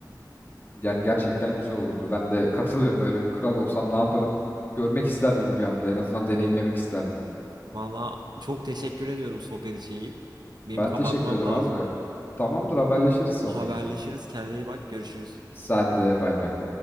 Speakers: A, on the left; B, on the right.
A: Yani gerçekten güzel olurdu. Ben de katılıyorum. Öyle bir kral olsam ne yaparım? Görmek isterdim rüyamda. En azından deneyimlemek isterdim.
B: Valla çok teşekkür ediyorum sohbet için Yiğit. Benim
A: Ben
B: kapatmam
A: teşekkür ederim
B: lazım.
A: abi. Tamamdır haberleşiriz sonra
B: Haberleşiriz.
A: yine.
B: Kendine iyi bak. Görüşürüz.
A: Sen de bay bay.